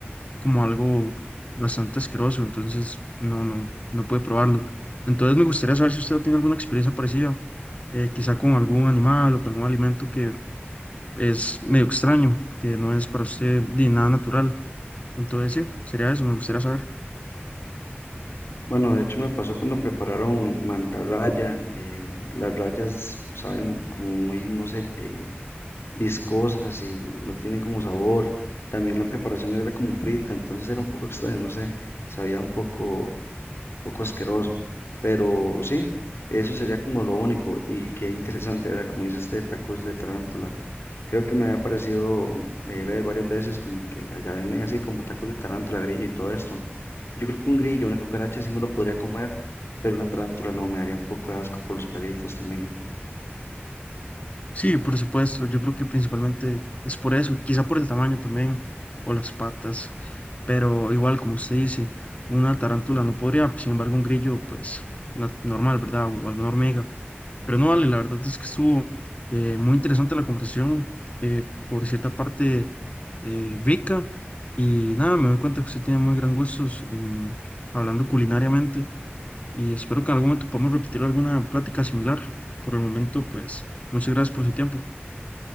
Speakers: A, on the left; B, on the left.
A: como algo bastante asqueroso. Entonces, no, no, no pude probarlo. Entonces, me gustaría saber si usted tiene alguna experiencia parecida, eh, quizá con algún animal o con algún alimento que es medio extraño, que no es para usted de nada natural. Entonces, sí, sería eso, me gustaría saber.
B: Bueno, de hecho me pasó cuando prepararon mantarraya, eh, las rayas saben como muy, no sé, eh, viscosas y no tienen como sabor. También la preparación era como frita, entonces era un poco extraño, no sé, sabía un poco poco asqueroso, pero sí, eso sería como lo único y qué interesante, ¿verdad? Como dice usted, tacos de tarántula. Creo que me ha parecido eh, ver varias veces como que allá venden así como tacos de tarántula, grillo y todo esto. Yo creo que un grillo, una cucaracha sí me lo podría comer, pero una tarántula no, me haría un poco de asco por los pelitos también.
A: Sí, por supuesto, yo creo que principalmente es por eso, quizá por el tamaño también, o las patas, pero igual, como usted dice, una tarántula no podría, sin embargo, un grillo, pues, na- normal, ¿verdad? O, alguna hormiga. Pero no vale, la verdad es que estuvo eh, muy interesante la conversación, eh, por cierta parte eh, rica, y nada, me doy cuenta que usted tiene muy gran gustos en- hablando culinariamente. y espero que en algún momento podamos repetir alguna plática similar. Por el momento, pues muchas gracias por su tiempo.